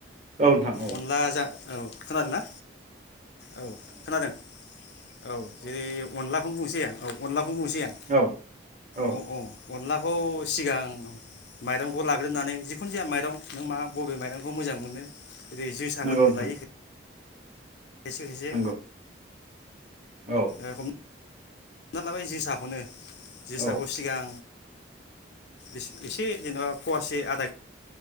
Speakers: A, on the right (about 35°); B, on the left (about 60°).
A: औ नोंथां औ
B: अनला जा औ खोनादोंना औ खोनादों औ जेरै अनलाखौनो बुंनोसै आं औ अनलाखौनो बुंनोसै आं
A: औ औ
B: अ-अ अनलाखौ सिगां माइरंखौ लाग्रोनानै जिखुनु जाया माइ दं नों मा बबे माइरंखौ मोजां मोनो जरै जोसाफोरबो
A: नंगौ नोंथां
B: लायो ख खायसे खायसे
A: नंगौ औ
B: ओ खम हमना लाबाय जोसाखौनो जोसाखौ
A: औ
B: सिगां एस एसे जेनेबा फवासे आदा